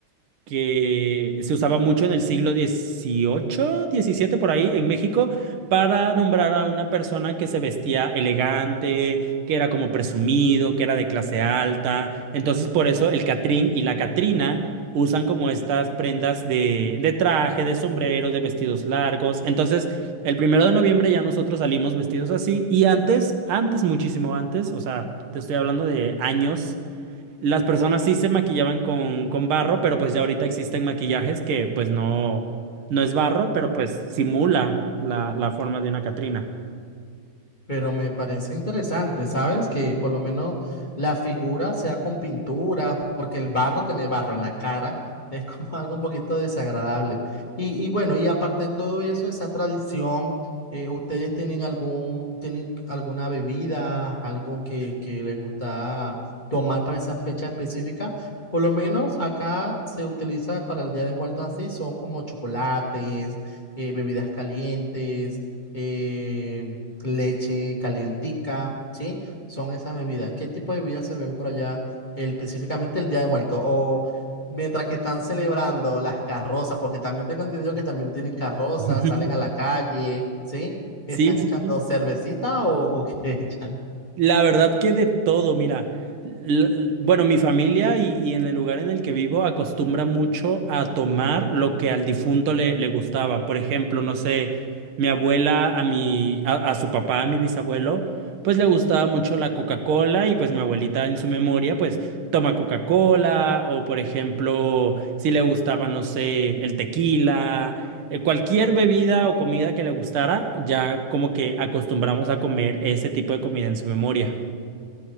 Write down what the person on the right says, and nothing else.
que se usaba mucho en el siglo dieciocho, diecisiete por ahí, en México, para nombrar a una persona que se vestía elegante, que era como presumido, que era de clase alta. Entonces, por eso el Catrín y la Catrina usan como estas prendas de, de traje, de sombrero, de vestidos largos. Entonces, el primero de noviembre ya nosotros salimos vestidos así. Y antes, antes, muchísimo antes, o sea, te estoy hablando de años. Las personas sí se maquillaban con, con barro, pero pues ya ahorita existen maquillajes que pues no, no es barro, pero pues simula la, la forma de una Catrina.
<laughs>
Sí,
sí,
sí.
La verdad que de todo, mira, l- l- bueno, mi familia y, y en el lugar en el que vivo acostumbra mucho a tomar lo que al difunto le, le gustaba. Por ejemplo, no sé, mi abuela a mi, a, a su papá, a mi bisabuelo, pues le gustaba mucho la Coca-Cola y pues mi abuelita en su memoria, pues toma Coca-Cola o por ejemplo, si le gustaba, no sé, el tequila eh, cualquier bebida o comida que le gustara, ya como que acostumbramos a comer ese tipo de comida en su memoria.